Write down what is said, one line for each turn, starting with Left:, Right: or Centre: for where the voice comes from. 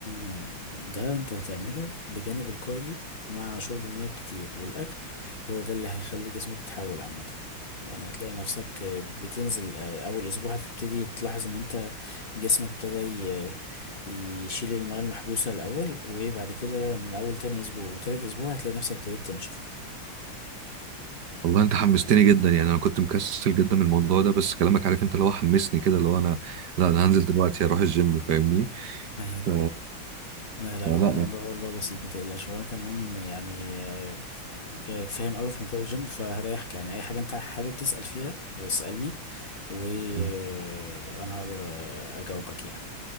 Left: آه، ده انت هتعمله بجانب الكارديو مع شرب الماء كتير والأكل هو ده اللي هيخلي جسمك يتحول عامة يعني هتلاقي نفسك آه، بتنزل آه، أول أسبوع هتبتدي تلاحظ إن أنت جسمك ابتدى ي- يشيل الماء المحبوسة الأول وبعد كده من أول تاني أسبوع وتالت أسبوع هتلاقي نفسك ابتديت تنشف
Right: والله انت حمستني جدا يعني انا كنت مكسل جدا من الموضوع ده بس كلامك عارف انت اللي هو حمسني كده اللي هو انا لا انا هنزل دلوقتي اروح الجيم فاهمني
Left: أيوة
Right: ف...
Left: لا لا
Right: فلا
Left: هو الموضوع والله بسيط متقلقش وأنا كمان يعني آه، جاي- فاهم قوي في موضوع الجيم فهريحك يعني اي حاجه انت حابب تسال فيها اسالني وانا
Right: يعني
Left: هقدر اجاوبك يعني